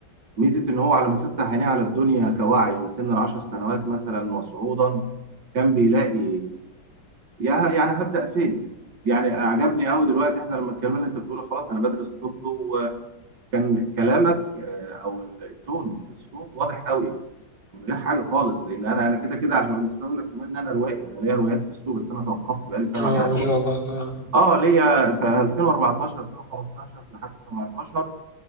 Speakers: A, on the right; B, on the left.
A: ميزة إن هو على ما فتح عينيه على الدنيا كوعي من سن العشر سنوات مثلا وصعودا كان بيلاقي يا ه- يعني هبدأ فين؟ يعني أعجبني أوي دلوقتي إحنا لما اتكلمنا أنت بتقول خلاص أنا بدرس طب وكان كلامك آه، أو التون في الصوت واضح أوي من غير حاجة خالص لأن أنا أنا كده كده عشان نسيت أقول لك كمان إن أنا روائي أنا ليا روايات في السوق بس أنا توقفت بقالي سبع
B: اه
A: سنوات.
B: ما شاء الله تمام
A: أه ليا في 2014 2015 لحد 17